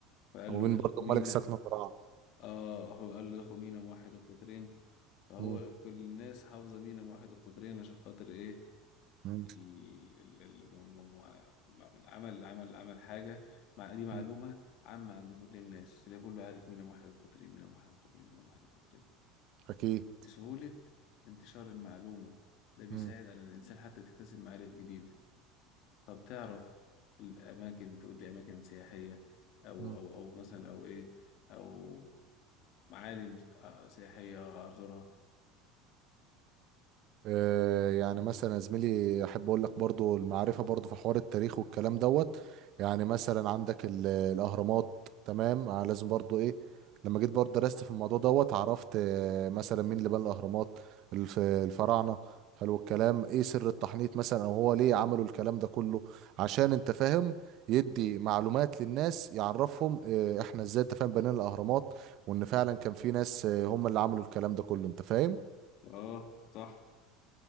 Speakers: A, on the left (about 50°); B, on the right (about 45°).
A: فقال
B: ومين
A: له ده
B: برضو
A: خمينة
B: ملك سكن القراعة
A: اه هو قال له ده خمينة واحد القطرين فهو
B: مم.
A: كل الناس حافظة مينا واحد القطرين عشان خاطر ايه
B: مم.
A: ال- ال- ال- م- م- م- العمل العمل العمل حاجة مع دي معلومة
B: مم.
A: عامة عند كل الناس اللي كله عارف مينا واحد القطرين مينا واحد القطرين مينا واحد القطرين
B: اكيد
A: لسهولة انتشار المعلومة ده بيساعد
B: مم.
A: على الإنسان حتى يكتسب معارف جديدة طب تعرف الأماكن تقول لي أماكن سياحية أو
B: صح.
A: أو أو مثلا أو إيه أو معالم سياحية أزورها
B: آه، يعني مثلا يا زميلي احب اقول لك برضو المعرفه برضو في حوار التاريخ والكلام دوت يعني مثلا عندك ال- الاهرامات تمام آه، لازم برضو ايه لما جيت برضو درست في الموضوع دوت عرفت آه، مثلا مين اللي بنى الاهرامات الف- الفراعنه حلو الكلام ايه سر التحنيط مثلا او هو ليه عملوا الكلام ده كله عشان انت فاهم يدي معلومات للناس يعرفهم آه، احنا ازاي انت فاهم بنينا الاهرامات وان فعلا كان في ناس آه، هم اللي عملوا الكلام ده كله انت فاهم
A: اه صح